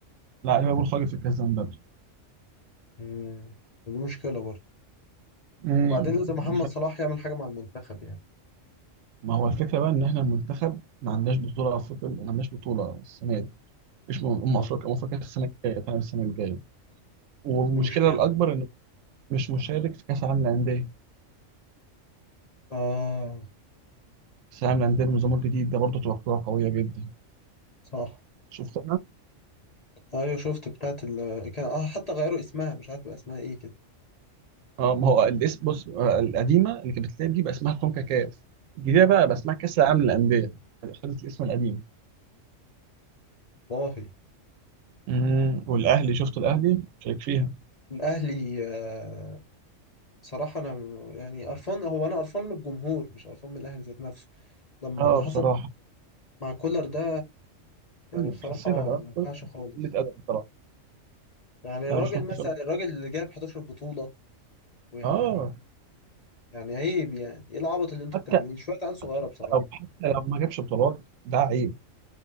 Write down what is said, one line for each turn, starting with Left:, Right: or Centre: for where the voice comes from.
Right: لا ليفربول خرج في الكاس ده من بدري
Left: مم. دي مشكلة برضه
Right: امم
Left: وبعدين لازم محمد
Right: مش عارف.
Left: صلاح يعمل حاجة مع المنتخب يعني
Right: ما هو الفكره بقى ان احنا المنتخب ما عندناش بطوله افريقيا ما عندناش بطوله السنه دي مش م- ام
Left: اه
Right: افريقيا ام افريقيا السنه الجايه فاهم السنه الجايه والمشكله
Left: دي مشكلة
Right: الاكبر انه مش مشارك في كاس العالم للانديه
Left: اه
Right: كاس العالم للانديه بالنظام الجديد ده برضه تبقى بطوله قويه جدا
Left: صح
Right: شفت
Left: ايوه شفت بتاعت ال كان اه حتى غيروا اسمها مش عارف بقى اسمها ايه كده
Right: اه ما هو الاسم بص آه، القديمه اللي كانت بتتلعب دي بقى اسمها كونكاكاف الجديده بقى بقى اسمها كاس العالم للانديه خدت الاسم القديم
Left: والله
Right: امم والاهلي شفت الاهلي شارك فيها
Left: الاهلي آه صراحة انا م- يعني قرفان هو انا قرفان من الجمهور مش قرفان من الاهلي ذات نفسه لما
Right: اه
Left: اللي حصل
Right: بصراحه
Left: مع كولر ده يعني
Right: أنا
Left: بصراحة
Right: حسيتك اه
Left: ما ينفعش
Right: قلة
Left: خالص
Right: ادب بصراحه
Left: يعني
Right: انا
Left: الراجل
Right: مش متفق
Left: مثلا
Right: معاك.
Left: الراجل اللي جاب 11 بطولة ويعني
Right: اه
Left: يعني عيب يعني ايه العبط اللي انتوا
Right: حتى
Left: بتعملوه
Right: حتى
Left: شوية عيال صغيرة بصراحة
Right: لو حتى لو ما جابش بطولات ده عيب